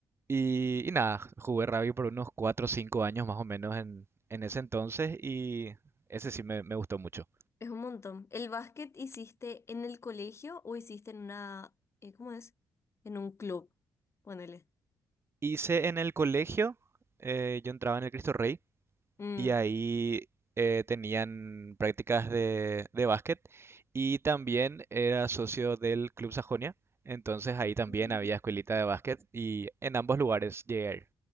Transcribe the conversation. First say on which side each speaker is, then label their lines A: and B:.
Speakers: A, on the right; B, on the left.
A: Y, y nada, jugué rugby por unos 4 o 5 años más o menos en, en ese entonces y ese sí me, me gustó mucho.
B: Es un montón. ¿El básquet hiciste en el colegio o hiciste en una, eh, ¿cómo es? En un club. Ponele.
A: Hice en el colegio, eh, yo entraba en el Cristo Rey
B: Mm.
A: y ahí eh, tenían prácticas de, de básquet y también era socio del Club Sajonia, entonces ahí
B: Mm.
A: también había escuelita de básquet y en ambos lugares llegué a ir.